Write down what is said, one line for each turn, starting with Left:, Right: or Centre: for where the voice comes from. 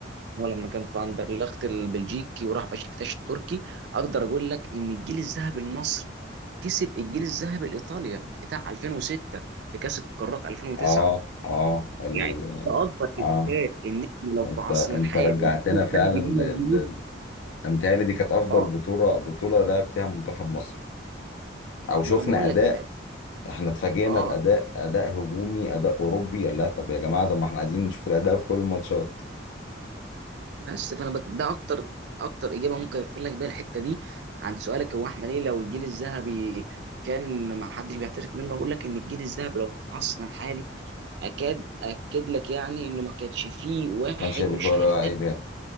Right: هو لما كان في اندرلخت البلجيكي وراح بشكتاش التركي اقدر اقول لك ان الجيل الذهبي المصري كسب الجيل الذهبي الايطاليا بتاع 2006 في كاس القارات 2009
Left: اه اه ال...
Right: يعني ده اكبر
Left: اه
Right: اثبات ان احنا لو
Left: انت
Right: في عصرنا
Left: انت
Right: الحالي
Left: رجعتنا
Right: والجيل
Left: فعلا
Right: الذهبي ده موجود
Left: ل- ل- متهيألي دي كانت افضل
Right: اه
Left: بطوله بطوله لعب فيها منتخب مصر او شفنا
Right: ما انا بقول
Left: اداء
Right: لك ده
Left: احنا اتفاجئنا
Right: اه
Left: باداء اداء هجومي اداء اوروبي قال لها طب يا جماعه طب ما احنا عايزين نشوف الاداء في كل الماتشات
Right: بس فانا بك ده اكتر اكتر اجابه ممكن اقفل لك بيها الحته دي عن سؤالك هو احنا ليه لو الجيل الذهبي كان ما حدش بيعترف منه اقول لك ان الجيل الذهبي لو في عصرنا الحالي اكاد اكد لك يعني انه ما كانش فيه واحد
Left: ما كانش هيبقى
Right: مش
Left: فيه ولا
Right: هيحترف
Left: عيب هنا